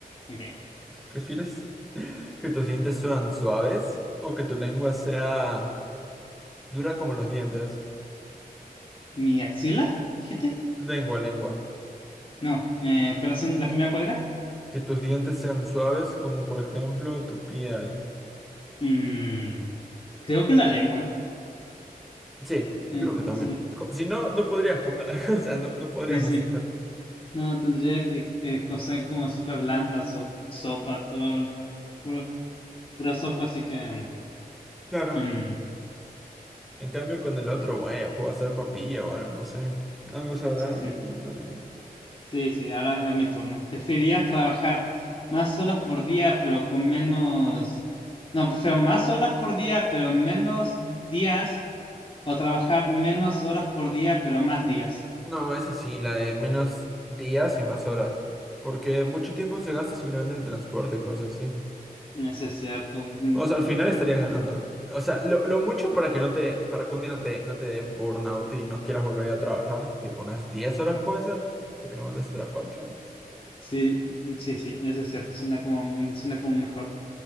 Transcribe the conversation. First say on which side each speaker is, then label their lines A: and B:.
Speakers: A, on the left; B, in the centre.
A: Ok.
B: ¿Prefieres <laughs> que tus dientes sean suaves o que tu lengua sea dura como los dientes?
A: ¿Mi axila? ¿Dijiste?
B: Lengua, lengua.
A: No, eh, pero la, segun- la primera cuadra.
B: Que tus dientes sean suaves, como por ejemplo tu piel.
A: Mm, creo que la lengua.
B: Sí,
A: Eh,
B: creo que también.
A: sí,
B: Co- Si no, no podrías comer. <laughs> O sea, no, no podrías
A: sí, sí.
B: masticar.
A: No, tendría que, que cocer como súper blandas o sopa, todo, el- puro, pura sopa, así que...
B: Claro.
A: mm,
B: En cambio, con el otro, bueno, puedo hacer papilla o algo, no sé. Algo sabrá
A: sí, sí,
B: y tiene la lengua.
A: sí, sí, ahora a mi turno. Preferiría trabajar más horas por día, pero con menos... No, prefiero más horas por día, pero menos días, o trabajar menos horas por día, pero más días.
B: No, esa sí, la de menos días y más horas. Porque mucho tiempo se gasta simplemente en el transporte y cosas así.
A: Eso es cierto. mm,
B: O sea, al final estarías ganando. O sea, lo, lo mucho para que no te, para que un día no te, no te dé burnout y no quieras volver a trabajar, tipo unas diez horas puede ser, porque normalmente se trabaja ocho horas.
A: Sí, sí, sí, eso es cierto. Suena como, mm, suena como mejor.